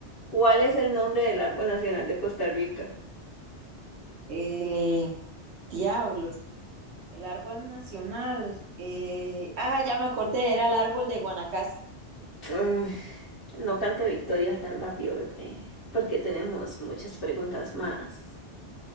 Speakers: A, on the left; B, on the right.
A: ¿Cuál es el nombre del árbol nacional de Costa Rica?
B: Eh, diablos, el árbol nacional. eh, ah, ya me acordé, era el árbol de Guanacaste.
A: Ay, no cante victoria tan rápido, bebé, porque tenemos muchas preguntas más.